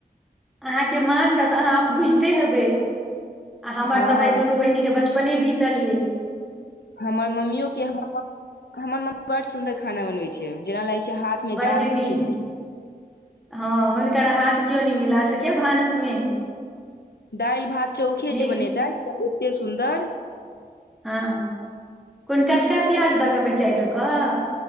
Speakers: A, in the centre; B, on the left.
A: आहाँ के माँ छैथ आहाँ बुझते हेबै आ हमर
B: हँ
A: तऽ भाय दुनू बहिनी के बचपने बीतलियै
B: हमर मम्मियो के हमर मम्मी बड्ड सुन्दर खाना बनबै छै जेना लागैत छै हाथ मे
A: बड्ड
B: जादू
A: नीक
B: छै हुनकर
A: हँ हुनकर हाथ कियो नहि मिला सकै ए भानसमे
B: दालि भात चौखे जे
A: की
B: बनेैतथि त एतेक सुन्दर
A: हँ कोन कचका प्याज दऽ कऽ मिरचाइ दऽ कऽ